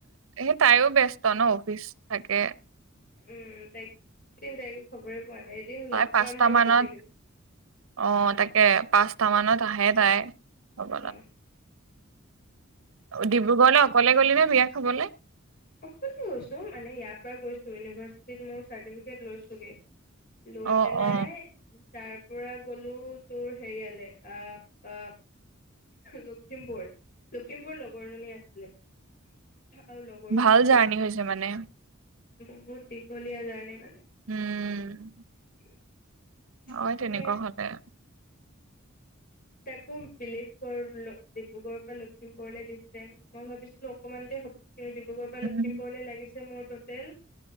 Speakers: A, on the right (about 85°); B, on the left (about 45°).
A: সে তাইও ব্যস্ত ন অফিচ থাকে
B: উম তাইক <unintelligible> খবৰে মানে এদিন
A: তাই
B: লগ
A: পাঁচটা
B: পাম ৰ
A: মানত
B: গোটেই কেইজন
A: অ তাকে এ পাঁচটা মানত আহে তাই হব
B: অ
A: ডিব্ৰুগড়লৈ অকলে গলি নে বিয়া খাবলৈ
B: অকলে গৈছো মানে ইয়াৰ পৰা গৈছো ইউনিভাৰ্চিটিত মোৰ চাৰ্টিফিকেট লৈছোগে লৈ
A: অ
B: পেলাই
A: অ
B: তাৰ পৰা গ'লো তোৰ হেৰিয়ালে আহ অ লখিমপুৰ লখিমপুৰ লগৰ জনী আছিলে আৰু লগৰো
A: ভাল
B: গৈছিলে
A: জাৰ্ণি
B: ক'ৰবাত
A: হৈছে মানে
B: বহুত দীঘলীয়া জাৰ্ণি মানে
A: উম
B: <inaudible>
A: অ
B: সেয়া
A: তেনেকুৱা হলে
B: তাকো বিলিভ কৰ ডিব্ৰুগড়ৰ পৰা লখিমপুৰলৈ ডিচেঞ্চ মই ভাবিছিলো অকমানতে হ'ব তেওঁ ডিব্ৰুগড়ৰ পৰা
A: উম
B: লখিমপুৰলৈ লাগিছে মোৰ টোটেল